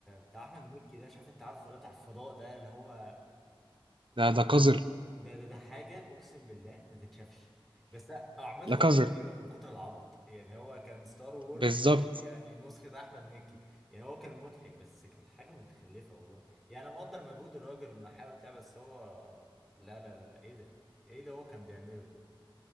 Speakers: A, in the centre; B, on the right.
A: بتاع احمد مكي ده مش عارف انت عارفه ولا بتاع الفضاء ده اللي هو
B: ده
A: يعني
B: ده قذر
A: ده ده, ده حاجه اقسم بالله ما تتشافش بس أنا- عامه
B: لا
A: هو
B: قذر
A: ضحكني قوي من كتر العبط يعني هو كان ستار وورز
B: بالظبط
A: يعني نسخه احمد مكي يعني هو كان مضحك بس كان حاجه متخلفه والله يعني انا مقدر مجهود الراجل انه حاول بتاع بس هو لا لا لا لا ايه ده ايه اللي هو كان بيعمله ده